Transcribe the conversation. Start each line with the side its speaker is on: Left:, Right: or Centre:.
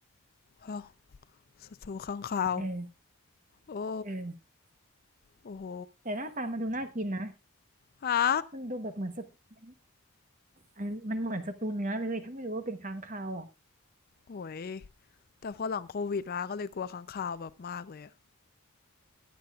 Left: ฮะสตูข้างคาว
Right: เออ
Left: โอ้
Right: เออ
Left: โอ้โห
Right: แต่หน้าตามันดูน่ากินนะ
Left: ฮะ
Right: มันดูแบบเหมือนสตูอันมันเหมือนสตูเนื้อเลยถ้าไม่รู้ว่าเป็นค้างคาวอ่ะ
Left: โอ้ยแต่พอหลังโควิดมาก็เลยกลัวค้างคาวแบบมากเลยอะ